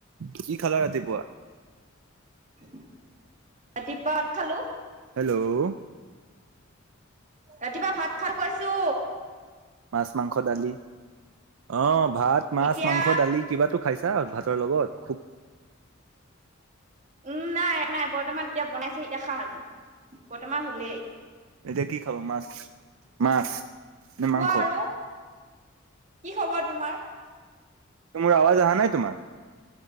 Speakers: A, on the right; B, on the right.
A: কি খালা ৰাতিপুৱা?
B: ৰাতিপুৱা ভাত খালো।
A: হেল্লও।
B: ৰাতিপুৱা ভাত খাল কৈছো।
A: মাছ, মাংস, দালি। অ ভাত, মাছ,
B: এতিয়া
A: মাংস, দালি। কিবাটো খাইছা ভাতৰ লগত? খুক
B: উম নাই, নাই বৰ্তমান এতিয়া বনাইছেহে এতিয়া খাম আৰু বৰ্তমান হ'লেই।
A: এতিয়া কি খাবা? মাছ, মাছ? নে মাংস
B: কোৱা আৰু কি খবৰ তোমাৰ?
A: ত মোৰ আৱাজ আহা নাই তোমাৰ?